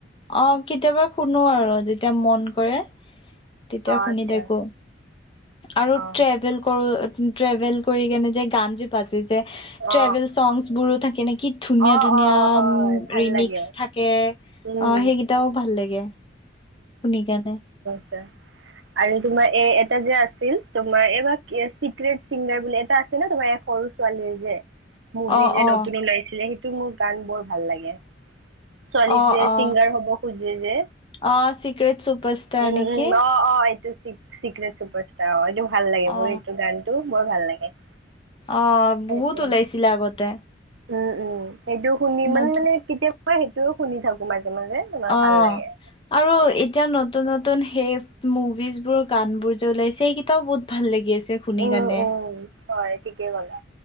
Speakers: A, on the left; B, on the right.
A: অ, কেতিয়াবা শুনো আৰু যেতিয়া মন কৰে। তেতিয়া
B: অ
A: শুনি
B: আচ্ছা
A: থাকো, আৰু
B: অ
A: ট্ৰেভেল কৰো ট্ৰেভেল কৰি কেনে যে গান যে বাজে যে,
B: অ
A: ট্ৰেভেল সংছ বোৰো থাকে নে কি ধুনীয়া
B: অ
A: ধুনীয়া
B: অ অ হয় ভাল
A: ৰিমিক্স
B: লাগে
A: থাকে।
B: উম
A: অ সেইকেইটাও ভাল লাগে। শুনিকেনে।
B: যে আৰু তোমাৰ এ এটা যে আছিল তোমাৰ এইবা, চিক্ৰেট চিংগাৰ বুলি এটা আছে ন তোমাৰ সৰু ছোৱালীয়ে যে মুভি
A: অ
B: যে
A: অ
B: নতুন ওলাইছিলে। সেইটো মোৰ গান বৰ ভাল লাগে। ছোৱালী
A: অ
B: যে
A: অ
B: চিংগাৰ হব খুজে যে।
A: অ চিক্ৰেট চুপাৰষ্টাৰ
B: উম
A: নেকি
B: উম অ অ এইটো চি চিক্ৰট চুপাৰ ষ্টাৰ অ এইটো ভাল লাগে
A: অ
B: মোৰ এইটো গানটো বৰ ভাল লাগে।
A: অ
B: সেইটো
A: বহুত ওলাইছিলে আগতে।
B: উম উম সেইটো শুনি
A: নতুন
B: মানে, মানে কেতিয়াবা সেইটোও শুনি থাকো মানে মাজে তোমাৰ যে তোমাৰ
A: অ
B: ভাল লাগে।
A: আৰু এতিয়া নতুন নতুন সেইবোৰ মুভিজবোৰ গান বোৰ যে ওলাইছে সকেইটাও বহুত ভাল লাগি আছে। শুনি
B: উম
A: কেনে
B: উম হয় ঠিকেই ক'লা